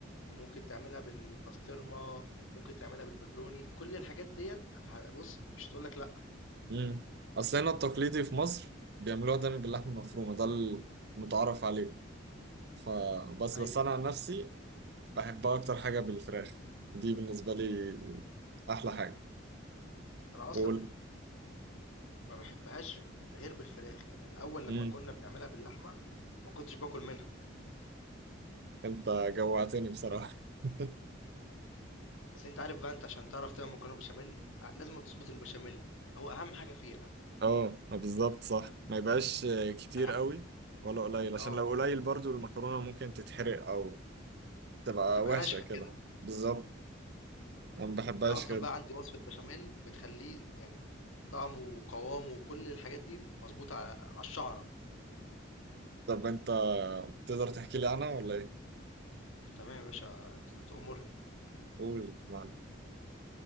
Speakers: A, on the left; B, on the right.
A: وممكن تعملها بالبسطرمه ممكن تعملها بالبيبروني كل الحاجات ديت ه- بص مش هتقول لك لا
B: امم اصل هنا التقليدي في مصر بيعملوها دايما باللحمة المفرومة ده المتعارف عليه فبس
A: ايوه
B: بس انا عن نفسي بحبها اكتر حاجة بالفراخ دي بالنسبة لي احلى حاجة
A: انا اصلا
B: وال...
A: ما بحبهاش غير بالفراخ يعني الاول
B: مم.
A: لما كنا بنعملها باللحمه ما كنتش باكل منها
B: انت جوعتني بصراحة <laughs>
A: بس انت عارف بقى انت عشان تعرف تعمل مكرونه بشاميل ع- لازم تظبط البشاميل هو اهم حاجه فيها
B: اه ما بالظبط صح ما يبقاش كتير
A: انا
B: قوي ولا قليل عشان
A: آه،
B: لو قليل برضو المكرونة ممكن تتحرق او تبقى
A: بتبقى
B: وحشة
A: ناشفة
B: كده
A: كده،
B: بالظبط انا ما بحبهاش
A: أنا أصلًا
B: كده
A: بقى عندي وصفة بشاميل بتخلّيه يعني طعمه وقوامه وكل الحاجات دي مضبوطة ع على الشعرة،
B: طب انت تقدر تحكي لي عنها ولا ايه
A: تمام يا باشا أنت تأمرني،
B: قول يا معلم